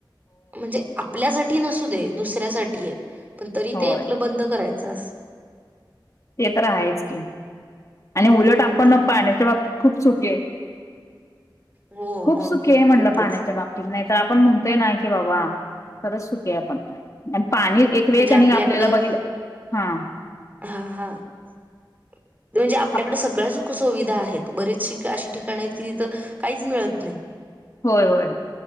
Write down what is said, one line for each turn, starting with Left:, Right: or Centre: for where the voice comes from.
Right: म्हणजे आपल्यासाठी नसू दे दुसऱ्यासाठी पण तरी
Left: होय.
Right: ते आपलं बंद करायचं अस
Left: ते तर आहेच की आणि उलट आपण
Right: हो तर काय
Left: पाहण्याच्या बाबतीत खूप सुखे
Right: हो
Left: खूप
Right: मग
Left: सुखे आहे म्हणलं
Right: खूपच
Left: पाण्याच्या बाबतीत नाही तर आपण म्हणतोय ना की बाबा खरंच सुके आहे आपण पाणी एक वेळ
Right: म्हणजे
Left: कनी
Right: आपल्याकडं
Left: आपल्याला बघितलं हा
Right: हा हा ते म्हणजे आपल्याकडे
Left: आप
Right: सगळ्या सुखसुविधा आहेत बरेच अशी ठिकाण आहेत की तिथं काहीच मिळत नाही
Left: होय होय